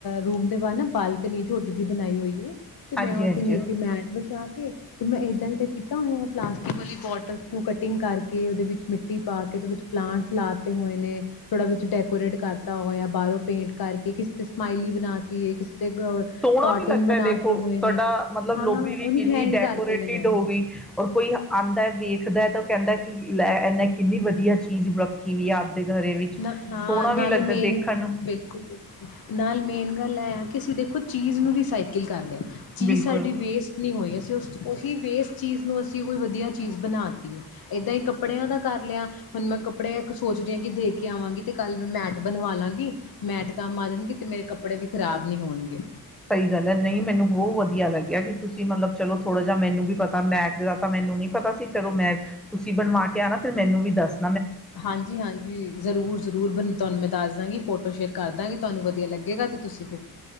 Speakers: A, on the left; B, in the centre.
A: ਰੂਮ ਦੇ ਬਾਅਦ ਨਾ ਬਾਲਕਨੀ ਛੋਟੀ ਜਿਹੀ ਬਣਾਈ ਹੋਈ ਹੈ! ਤੇ
B: ਹਾਂਜੀ
A: ਮੈਂ ਉੱਥੇ
B: ਹਾਂਜੀ ਹਾਂਜੀ
A: ਨੀਚੇ ਮੈਟ ਵਿਛਾ ਕੇ ਤੇ, ਮੈਂ, ਏਦਾਂ ਦਾਂ ਕੀਤਾ ਹੋਇਆ ਪਲਾਸਟਿਕ ਵਾਲੀ ਬੋਟਲਸ ਨੂੰ ਕਟਿੰਗ ਕਰਕੇ ਉਹਦੇ ਵਿੱਚ ਮਿੱਟੀ ਪਾ ਕੇ, ਉਹਦੇ ਵਿੱਚ ਪਲਾਂਟਸ ਲਾਤੇ ਹੋਏ ਨੇ, ਥੋੜਾ ਵਿਚ ਡੈਕੋਰੇਟ ਕਰਤਾ ਹੋਇਆ ਬਾਹਰੋਂ ਪੇਂਟ ਕਰਕੇ, ਕਿਸ ਸਮਾਈਲੀ ਬਣਾਤੀ ਹੈ ਕਿਸੇ
B: ਸੋਹਣਾ
A: ਕਾਰਟੂਨ
B: ਵੀ ਲੱਗਦਾ
A: ਬਣਾਤੇ
B: ਹੈ, ਦੇਖੋ
A: ਹੋਏ
B: ਤੁਹਾਡਾ
A: ਨੇ
B: ਮਤਲਬ
A: ਹਾਂ
B: ਲੋਭੀ ਵੀ
A: ਉਹਨੂੰ
B: ਕਿੰਨੀ
A: ਹੈਂਗ
B: ਡੈਕੋਰੇਟਿਡ
A: ਕਰਤੇ ਨੇ ਮੈਂ
B: ਹੋ ਗਈ, ਔਰ ਕੋਈ ਆਂਦਾ ਵੇਖਦਾ ਤਾਂ ਉਹ ਕਹਿੰਦਾ ਲੈ, ਐਨੇ ਕਿੰਨੀ ਵਧੀਆ ਚੀਜ਼ ਰੱਖੀ ਵੀ ਹੈ ਆਪਦੇ ਘਰੇ ਵਿੱਚ
A: ਨਾ, ਹਾਂ,
B: ਸੋਹਣਾ
A: ਨਾਲੇ
B: ਵੀ ਲੱਗਦਾ
A: ਮੇਨ
B: ਦੇਖਣ ਨੂੰ
A: ਬਿਲਕੁਲ ਬਿਲਕੁਲ ਨਾਲੇ ਮੇਨ ਗੱਲ ਆਆ ਕਿ ਅਸੀਂ ਦੇਖੋ ਚੀਜ਼ ਨੂੰ ਰੀਸਾਈਕਲ ਕਰ ਲਿਆ, ਚੀਜ਼
B: ਬਿਲਕੁਲ।
A: ਸਾਡੀ ਵੇਸਟ ਨਹੀਂ ਹੋਈ, ਅਸੀਂ ਉਸ ਉਹੀ ਵੇਸਟ ਚੀਜ਼ ਨੂੰ, ਅਸੀਂ ਕੋਈ ਵਧੀਆ ਚੀਜ਼ ਬਣਾਤੀ ਇੱਦਾਂ ਹੀ ਕੱਪ ਕੱਪੜਿਆਂ ਦਾ ਕਰ ਲਿਆ ਹੁਣ, ਮੈਂ ਕਪ ਕੱਪੜਿਆਂ ਸੋਚਦੇ ਹਾਂ, ਕਿ ਦੇਖ ਕੇ ਆਵਾਂਗੀ ਤੇ ਕੱਲ ਮੈਂ ਮੈਟ ਬਣਵਾ ਲਾਂਗੀ, ਮੈਟ ਕੰਮ ਆ ਜਾਣਗੀ ਤੇ ਮੇਰੇ ਕੱਪੜੇ ਵੀ ਖ਼ਰਾਬ ਨਹੀਂ ਹੋਣਗੇ
B: ਸਹੀ ਗੱਲ ਹੈ, ਨਹੀਂ ਮੈਨੂੰ ਬਹੁਤ ਵਧੀਆ ਲੱਗਿਆ ਕਿ ਤੁਸੀਂ ਮਤਲਬ ਚਲੋ, ਥੋੜਾ ਜਿਹਾ ਮੈਨੂੰ ਵੀ ਪਤਾ ਬੈਕ ਦਾ ਤਾਂ ਮੈਨੂੰ ਨੀ ਪਤਾ ਸੀ ਚਲੋ ਮੈਂ ਤੁਸੀਂ ਬਣਵਾ ਕੇ ਆਣਾ, ਫਿਰ ਮੈਨੂੰ ਵੀ ਦੱਸ।
A: ਹਾਂਜੀ, ਹਾਂਜੀ, ਜ਼ਰੂਰ ਜ਼ਰੂਰ ਬ ਤੁਹਾਨੂੰ ਮੈਂ ਦੱਸਦਾਂਗੀ ਫੋਟੋ ਸ਼ੇਅਰ ਕਰਦਾਂਗੀ ਤੁਹਾਨੂੰ ਵਧੀਆ ਲੱਗੇਗਾ ਤੇ ਤੁਸੀਂ ਵੀ